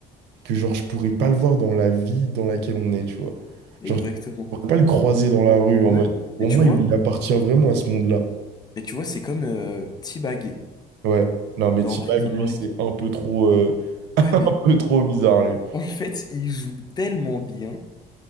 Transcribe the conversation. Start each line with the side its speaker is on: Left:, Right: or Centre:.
Right: que genre je pourrais pas le voir dans la vie dans laquelle on est, tu vois.
Left: exactement.
Right: Genre, je pourrais pas le croiser dans la rue en
Left: Ouais.
Right: mode,
Left: Mais
Right: pour
Left: tu
Right: moi,
Left: vois,
Right: il appartient vraiment à ce monde-là.
Left: mais tu vois, c'est comme euh, T-Bag
Right: Ouais. Non, mais
Left: dans
Right: T-Bag,
Left: Prison
Right: lui,
Left: Break.
Right: c'est un peu trop, euh, <laughs>
Left: Ouais,
Right: un
Left: mais
Right: peu trop bizarre, lui.
Left: en fait, il joue tellement bien